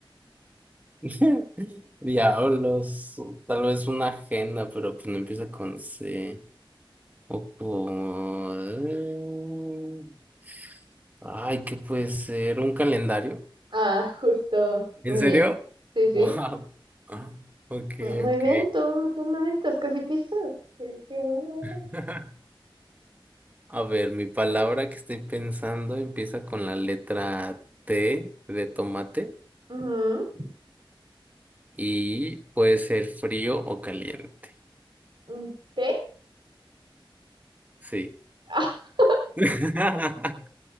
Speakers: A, on the right (about 20°); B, on the right (about 65°).
A: <laughs> Diablos. o Tal vez una agenda, pero pues no empieza con C. O con... Ay, ¿qué puede ser? ¿Un calendario?
B: Ah, <laughs> justo.
A: ¿En
B: Muy
A: serio?
B: bien. Sí,
A: Wow.
B: sí.
A: Ok,
B: Mu- Muy
A: ok.
B: bien, tú, tú no necesitas casi pistas. Qué, qué bueno eres.
A: <laughs> A ver, mi palabra que estoy pensando empieza con la letra T de tomate.
B: Ujú.
A: y puede ser frío o caliente.
B: ¿Un té?
A: Sí.
B: Ah,
A: <laughs>